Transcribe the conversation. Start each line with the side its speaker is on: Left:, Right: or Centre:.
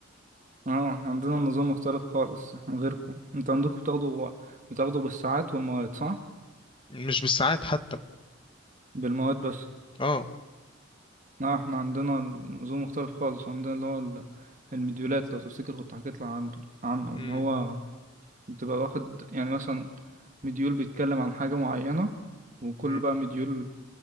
Right: اه احنا عندنا نظام مختلف خالص عن غيركم انت عندكم بتاخدوا بتاخدوا بالساعات والمواد صح
Left: مش بالساعات حتى
Right: بالمواد بس
Left: اه
Right: لا احنا عندنا نظام مختلف خالص عندنا اللي هو ال- المديولات لو تفتكر كنت حكيت لك عنه عنه
Left: امم
Right: اللي هو بتبقى واخد يعني مثلا مديول بيتكلم عن حاجة معينة وكل
Left: امم
Right: بقى مديول